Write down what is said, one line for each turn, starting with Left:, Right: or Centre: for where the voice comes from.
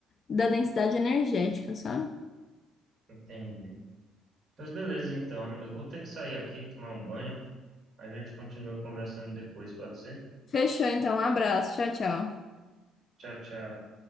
Left: da densidade energética, sabe?
Right: entendi. Pois beleza, então. Eu vou ter que sair aqui, tomar um banho. A gente continua conversando depois, pode ser?
Left: Fechou, então. Um abraço. Tchau, tchau.
Right: Tchau, tchau.